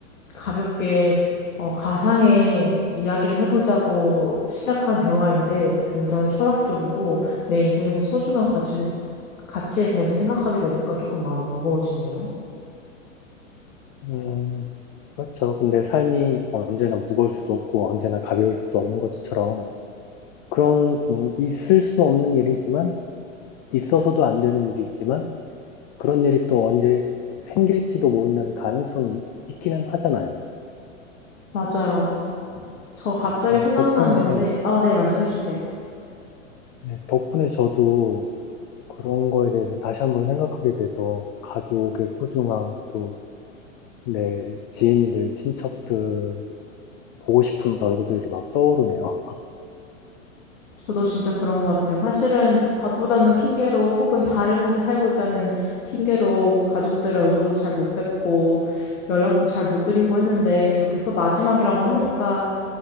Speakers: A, on the left (about 80°); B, on the left (about 40°).
A: 가볍게 어, 가상의 이야기를 해보자고 시작한 대화인데 굉장히 철학적이고 내 인생에서 소중한 가치, 가치에 대해서 생각하게 되니까 조금 마음이 무거워지네요.
B: 음, 그렇죠. 근데 삶이 언제나 무거울 수도 없고 언제나 가벼울 수도 없는 것처럼 그런 음, 있을 수 없는 일이지만 있어서도 안 되는 일이지만 그런 일이 또 언제 생길지도 모른다는 가능성이 있기는 하잖아요.
A: 맞아요. 저 갑자기
B: 음,
A: 생각나는
B: 덕분에
A: 건데, 아, 네, 말씀해 주세요.
B: 네, 덕분에 저도 그런 거에 대해서 다시 한번 생각하게 돼서 가족의 소중함 또 내 지인들, 친척들 보고 싶은 얼굴들이 막 떠오르네요.
A: 저도 진짜 그런 것 같아요. 사실은 밥보다는 핑계로 혹은 다른 곳에 살고 있다는 핑계로 가족들의 얼굴도 잘 못 뵙고 연락도 잘 못 드리고 했는데 이렇게 또 마지막이라고 하니까